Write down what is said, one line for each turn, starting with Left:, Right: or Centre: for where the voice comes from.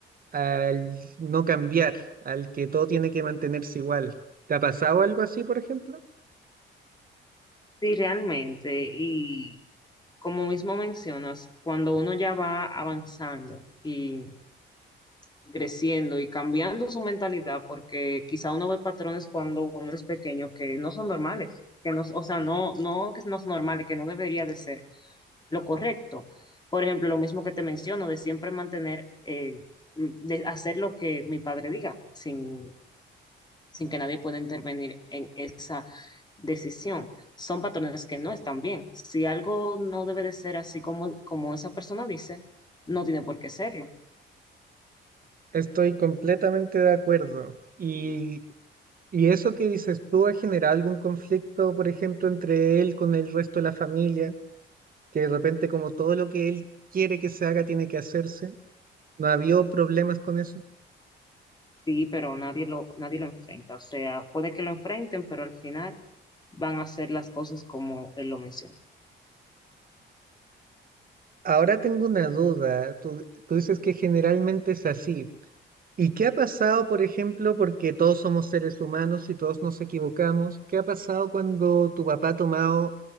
Right: al no cambiar, al que todo tiene que mantenerse igual. ¿Te ha pasado algo así, por ejemplo?
Left: Sí, realmente, y como mismo mencionas, cuando uno ya va avanzando y y creciendo y cambiando su mentalidad, porque quizá uno ve patrones cuando uno es pequeño que no son normales, que no, o sea, no, no que no son normales, que no debería de ser lo correcto. Por ejemplo, lo mismo que te menciono, de siempre mantener, eh, de hacer lo que mi padre diga, sin, sin que nadie pueda intervenir en esa decisión. Son patrones que no están bien. Si algo no debe de ser así como, como esa persona dice, no tiene por qué serlo.
Right: Estoy completamente de acuerdo. Y, y eso que dices tú ha generado algún conflicto, por ejemplo, entre él con el resto de la familia, que de repente como todo lo que él quiere que se haga tiene que hacerse. ¿No ha habido problemas con eso?
Left: Sí, pero nadie lo, nadie lo enfrenta. O sea, puede que lo enfrenten, pero al final van a hacer las cosas como él lo menciona.
Right: Ahora tengo una duda. Tú, tú dices que generalmente es así. ¿Y qué ha pasado, por ejemplo, porque todos somos seres humanos y todos nos equivocamos? ¿Qué ha pasado cuando tu papá ha tomado